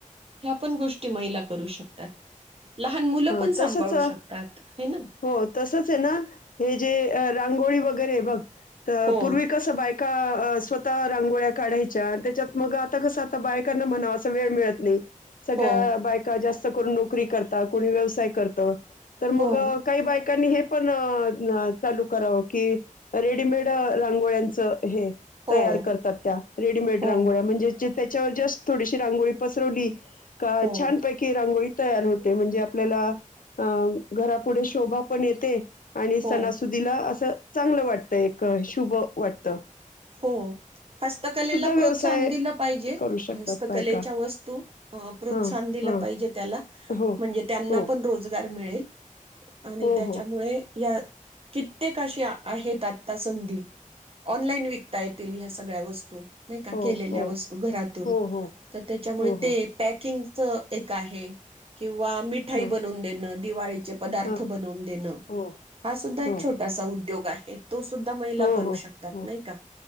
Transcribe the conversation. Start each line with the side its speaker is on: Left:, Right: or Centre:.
Right: ह्या पण गोष्टी महिला करू शकतात. लहान मुलं
Left: हा
Right: पण
Left: तसच
Right: सांभाळू शकतात हय ना.
Left: हो तसंच आहे ना हे जे रांगोळी वगैरे बघ तर
Right: हो
Left: पूर्वी कस बाय का स्वतः रांगोळ्या काढायच्या आणि त्याच्यात मग आता कसं आता बायकांना म्हणावा अस वेळ मिळत नाही. सगळ्या
Right: हो
Left: बायका जास्त स्त करून नोकरी करतात. कोणी व्यवसाय करत. तर मग
Right: हो
Left: काही बायक कनी हे पण चालू करावं की रेडीमेड रांगोळ्यांच हे
Right: हो
Left: तयार करतात त्या, रेडीमेड
Right: हो
Left: रांगोळ्या म्हणजे त्याच्यावर जस्ट थोडीशी रांगोळी पसरवली का
Right: हो
Left: छानपैकी रांगोळी तयार होते. म्हणजे आप आपल्याला घरा पुुढे शोभा पण येते. आणि सणासुदीला
Right: हो
Left: असं चांगलं वाटतं एक शुभ वाटत.
Right: हो हस्तकलेला
Left: व्यवसाय
Right: प्रोत्साहन दिलं पाहिजे.
Left: करू शकतात
Right: हस्तकलेच्या
Left: बायका
Right: वस्तू प्रोत्साहन
Left: हां
Right: दिलं
Left: हां
Right: पाहिजे त्याला
Left: हो.
Right: म्हणजे त्यांना
Left: हो
Right: पण रोज गार मिळेल. आणि
Left: हो
Right: त्याच्यामुळे
Left: हो
Right: या कित्येक अशी आहेत आता संधी. ऑनलाईन वि कता येतीली ह्या सगळ्या वस्तू नाही का
Left: हो
Right: केलेल्या
Left: हो
Right: वस्तू घरातून
Left: हो हो
Right: तर त्याच्यामुळे
Left: हो
Right: ते
Left: हो
Right: पॅकिंग च एक आहे किं वा मिठाई
Left: हां
Right: बनवून देणं. दिवाळी चे पदार्थ
Left: हां
Right: बनवून देण
Left: हो
Right: हा सुद्धा एक
Left: हो
Right: छोटासा उद्योग आहे. तो सुद्धा महिला
Left: हो
Right: करू
Left: हो
Right: शकतात
Left: हो
Right: नाही का?